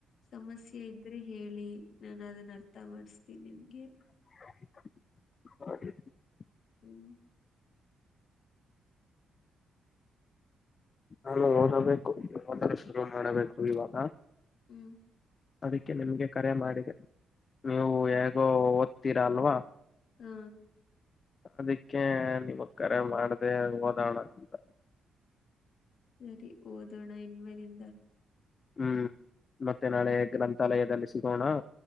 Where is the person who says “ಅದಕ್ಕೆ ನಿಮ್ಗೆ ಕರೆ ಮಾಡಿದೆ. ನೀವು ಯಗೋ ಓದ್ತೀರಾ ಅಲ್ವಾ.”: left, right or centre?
Left